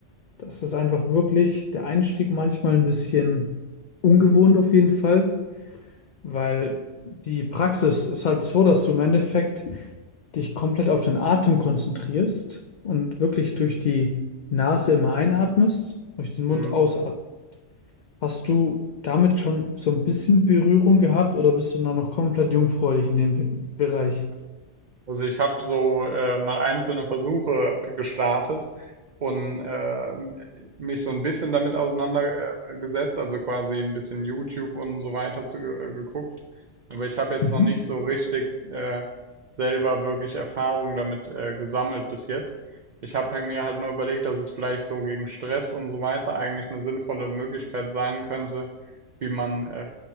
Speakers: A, on the left; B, on the right.
A: Das ist einfach wirklich der Einstieg manchmal ein bisschen ungewohnt auf jeden Fall weil die Praxis ist halt so, dass du im Endeffekt dich komplett auf den Atem konzentrierst und wirklich durch die Nase immer einatmest, durch den Mund
B: Mhm.
A: ausatmest. Hast du damit schon so ein bisschen Berührung gehabt oder bist du noch noch komplett jungfräulich in dem Be- Bereich?
B: Also ich habe so äh, mal einzelne Versuche äh, gestartet und äh, mich so ein bisschen damit auseinandergesetzt, also quasi ein bisschen YouTube und so weiter zu, äh, geguckt. Aber ich habe jetzt
A: Mhm.
B: noch nicht so richtig äh, selber wirklich Erfahrung damit äh, gesammelt bis jetzt. Ich habe halt mir halt nur überlegt, dass es vielleicht so gegen Stress und so weiter eigentlich eine sinnvolle Möglichkeit sein könnte, wie man äh,